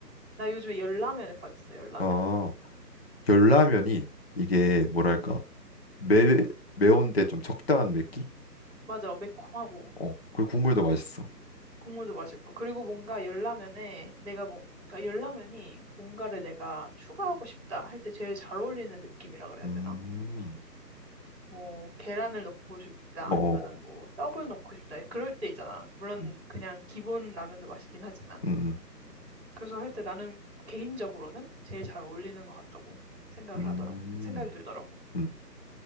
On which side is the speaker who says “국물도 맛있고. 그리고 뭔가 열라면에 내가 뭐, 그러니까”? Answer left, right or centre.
Right